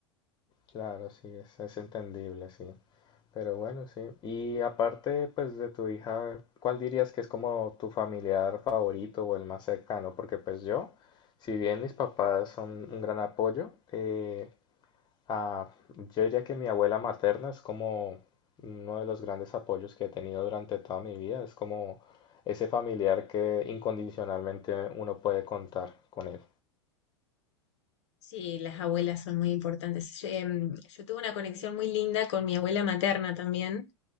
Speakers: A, on the left; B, on the left.
A: Claro, sí, es, es entendible, sí. Pero bueno, sí. Y aparte, pues de tu hija, ¿cuál dirías que es como tu familiar favorito o el más cercano? Porque pues yo, si bien mis papás son un gran apoyo, eh, ah, yo diría que mi abuela materna es como uno de los grandes apoyos que he tenido durante toda mi vida. Es como ese familiar que incondicionalmente uno puede contar con él.
B: Sí, las abuelas son muy importantes. Yo, em, yo tuve una conexión muy linda con mi abuela materna también